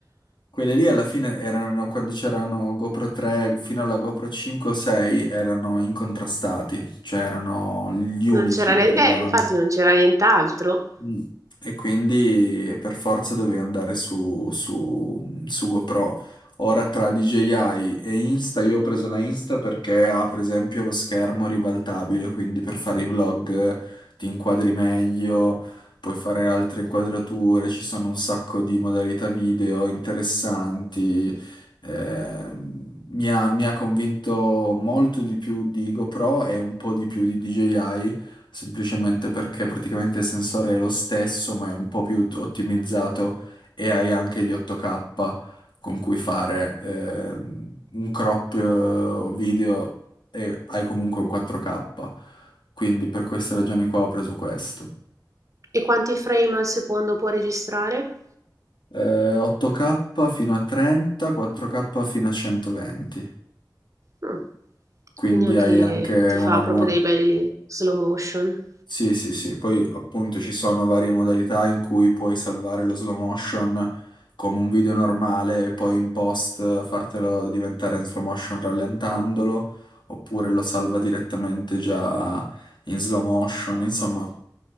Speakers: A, on the left; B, on the right.
A: Quelle lì alla fine erano, quando c'erano GoPro 3 fino alla GoPro 5 o 6, erano incontrastati, cioè erano gli
B: Non
A: unici
B: c'era ne-
A: che
B: eh,
A: davano.
B: infatti non c'era nient'altro.
A: Mm. E quindi per forza dovevi andare su, su, su GoPro. Ora tra DJI e Insta, io ho preso la Insta perché ha per esempio lo schermo ribaltabile, quindi per fare i vlog eh, ti inquadri meglio, puoi fare altre inquadrature, ci sono un sacco di modalità video interessanti. Eh, mi ha, mi ha convinto molto di più di GoPro e un po' di più di DJI semplicemente perché praticamente il sensore è lo stesso, ma è un po' più ottimizzato e hai anche gli 8K con cui fare ehm, un crop eh, video e hai comunque un 4K. Quindi per queste ragioni qua ho preso questo.
B: E quanti frame al secondo può registrare?
A: Eh, 8K fino a 30, 4K fino a 120.
B: Mh,
A: Quindi
B: quindi anche
A: hai anche
B: ti
A: una
B: fa proprio
A: buona...
B: dei belli slow motion.
A: Sì, sì, sì, poi appunto ci sono varie modalità in cui puoi salvare lo slow motion come un video normale e poi in post fartelo diventare in slow motion rallentandolo, oppure lo salva direttamente già in slow motion. Insomma,